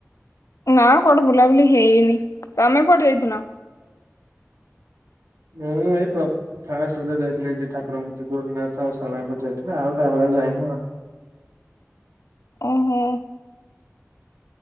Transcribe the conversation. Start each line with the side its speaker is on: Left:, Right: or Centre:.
Left: ନାଁ କୁଆଡେ ବୁଲାବୁଲି ହେଇନି ତମେ କୁଆଡେ ଯାଇଥିଲ?
Right: ମୁଁ ଏଇ ପ ଫାଷ୍ଟ୍ ରଜରେ ଯାଇଥିଲି ଟିକେ ଠାକୁରଙ୍କୁ ଟିକେ ଗୋରେଖନାଥ ଆଉ ଶାରଳାଙ୍କ ଯାଇଥିଲେ ଆଉ ତାପରେ ଆଉ ଯାଇନୁ ଆଉ।
Left: ଓ ହୋ।